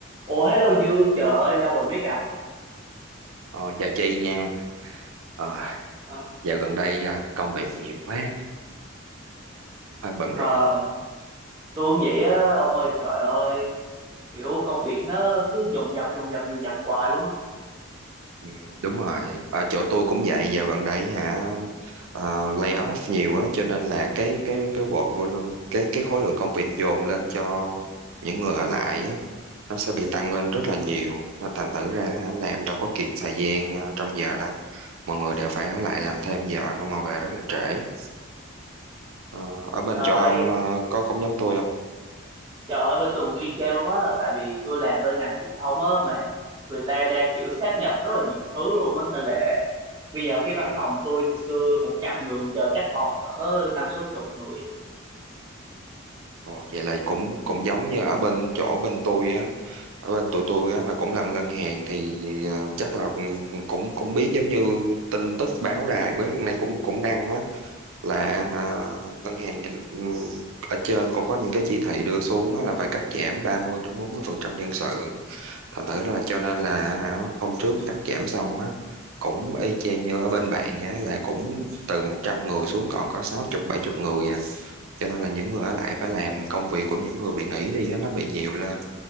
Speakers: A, on the right; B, on the right.
A: Ủa hello Dương, trời ơi lâu rồi mới gặp.
B: Ờ, chào chị nha. Ờ,
A: Ờ,
B: dạo gần đây à, công việc nhiều quá, hơi bận
A: Ờ,
B: rộn.
A: tôi cũng vậy á, ông ơi trời ơi, kiểu công việc nó cứ dồn dập dồn dập dồn dập hoài luôn á.
B: Ừ, đúng rồi, ở chỗ tôi cũng vậy. Dạo gần đây hả, ờ, lay off nhiều á, cho nên là cái cái cái work volume, cái cái khối lượng công việc dồn lên cho những người ở lại á, nó sẽ bị tăng lên rất là nhiều. Nên thành thử ra là làm đâu có kịp thời gian à, trong giờ đâu. Mọi người đều phải ở lại làm thêm giờ không mà về rất là trễ. Ờ, ở bên
A: Trời
B: chỗ ông
A: ơi,
B: à, có cũng giống tôi không?
A: trời ơi bên Tùng y chang luôn á, tại vì tôi làm bên ngành truyền thông á mà người ta đang kiểu sát nhập rất là nhiều thứ luôn á nên là bây giờ cái văn
B: Ừ.
A: phòng tôi ngày xưa 100 người giờ chắc còn cỡ năm sáu chục người.
B: Ồ, vậy là cũng cũng giống như ở bên chỗ bên tôi á ở bên tụi tôi á là cũng làm ngân hàng thì ờ, chắc là ừ, cũng cũng biết giống như tin tức báo đài với này cũng cũng đăng á là à, ngân hàng nhà- ừm, ở trên cũng có những cái chỉ thị đưa xuống á, là phải cắt giảm 30 đến 40 phần trăm nhân sự thành thử ra là cho nên là hả, hôm trước cắt giảm xong á cũng y chang như ở bên bạn vậy á, là cũng từ 100 người xuống còn có sáu chục bảy chục người à cho nên là những người ở lại phải làm công việc của những người bị nghỉ đi á nó bị nhiều lên